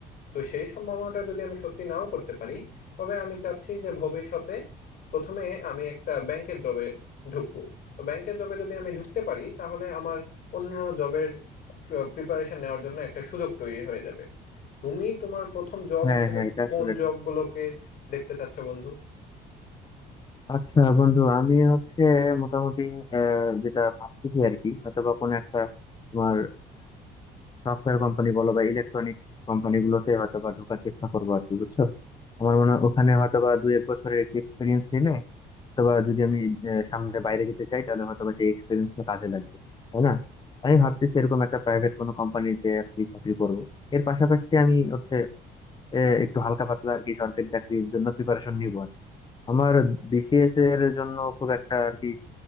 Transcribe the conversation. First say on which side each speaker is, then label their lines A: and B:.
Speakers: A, on the left; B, on the left.
A: তো সেই সম্ভাবনাটা যদি আমি সত্যি নাও করতে পারি তবে আমি চাচ্ছি যে ভবিষ্যতে প্রথমে আমি একটা ব্যাংকের জবে ঢুকবো তো ব্যাংকের জবে যদি আমি ঢুকতে পারি তাহলে আমার অন্য জবের প্রিপারেশন নেওয়ার জন্য একটা সুযোগ তৈরি হয়ে যাবে তুমি তোমার প্রথম জব
B: হ্যাঁ
A: হিসেবে
B: হ্যাঁ এটা
A: কোন
B: আসলে
A: জবগুলোকে
B: ঠিক
A: দেখতে চাচ্ছ বন্ধু
B: আচ্ছা বন্ধু আমি হচ্ছে মোটামুটি আহ, যেটা ভাবতেছি আর কি হয়তো বা কোনো একটা তোমার সফটওয়্যার কোম্পানি বলো বা ইলেকট্রনিক্স কোম্পানি গুলোতে হয়তো বা ঢোকার চেষ্টা করবো আর কি বুঝছো আমার মনে হয় ওখানে হয়তো বা দুই এক বছরের একটি এক্সপিরিয়েন্স নিলে অথবা যদি আমি আহ, সামনে বাইরে যেতে চাই তাহলে হয়তো বা সেই এক্সপিরিয়েন্সটা কাজে লাগবে তাই না আমি ভাবতেছি এরকম একটা প্রাইভেট কোনো কোম্পানিতে আর কি চাকরি করবো এর পাশাপাশি আমি হচ্ছে এ, একটু হালকা পাতলা আর কি সরকারি চাকরির জন্য প্রিপারেশন নিব আর কি। আমার বিসিএস এর জন্য খুব একটা আর কি